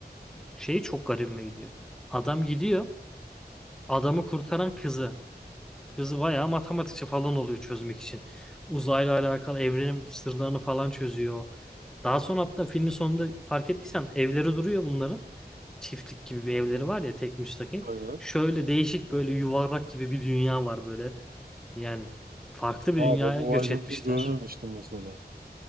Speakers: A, in the centre; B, on the right.
A: şeyi çok garibime gidiyor. Adam gidiyor. Adamı kurtaran kızı. Kızı bayağı matematikçi falan oluyor çözmek için. Uzayla alakalı evrenin sırlarını falan çözüyor. Daha sonra hatta filmin sonunda fark ettiysen evleri duruyor bunların. Çiftlik gibi bir evleri var ya tek müstakil.
B: Aynen.
A: Şöyle değişik böyle yuvarlak gibi bir dünya var böyle. Yani farklı bir
B: Aa
A: dünyaya
B: bak o
A: göç
B: ayrıntıyı
A: etmişler.
B: görmemiştim mesela.